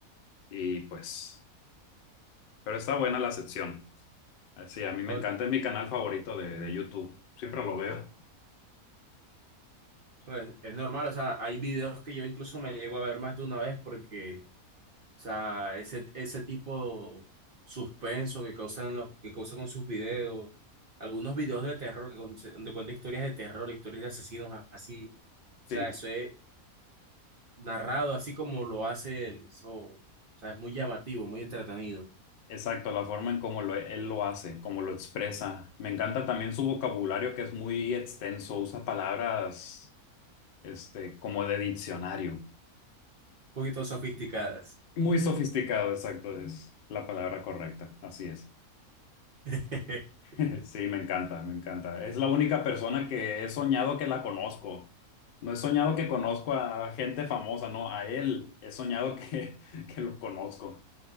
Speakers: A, on the left; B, on the right.
A: Y pues, pero está buena la sección. Ah, Sí, a mí me
B: Oye,
A: encanta, es mi canal favorito de, de YouTube. Siempre lo veo.
B: pues es normal, o sea, hay videos que yo incluso me llego a ver más de una vez porque O sea, ese, ese tipo suspenso que causan los, que causa con sus videos, algunos videos de terror que con- donde cuenta historias de terror, historias de asesinos a- así. O sea,
A: Sí.
B: eso es narrado así como lo hace él. Eso, o sea, es muy llamativo, muy entretenido. Un
A: Exacto, la forma en cómo lo, él lo hace, cómo lo expresa. Me encanta también su vocabulario que es muy extenso, usa palabras este, como de diccionario.
B: poquito sofisticadas.
A: Muy sofisticado, exacto, es la palabra correcta, así es.
B: <laughs>
A: <laughs> Sí, me encanta, me encanta. Es la única persona que he soñado que la conozco. No he soñado que conozco a gente famosa, no, a él he soñado que, <laughs> que lo conozco.